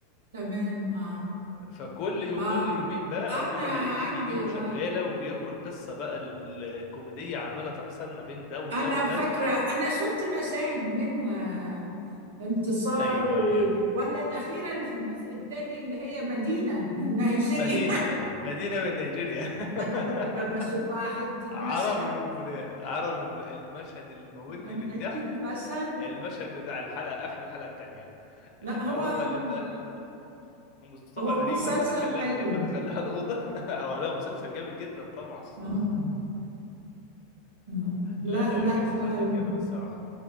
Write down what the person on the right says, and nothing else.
تمام اه
اه
انا
عندي
اه
أنا
فاكرة أنا شفت مشاهد منها انتصار
و...
ولا الأخيرة اللي في الجزء الثاني اللي هي مدينة من نيجيريا
<laughs> ده أنا كل
ده ما أشوفها حتة
مشهد
كان
حتة مشهد
لا
هو
الم-
هو
مسلسل
حلو
آه، آه. لا
لا
فعلا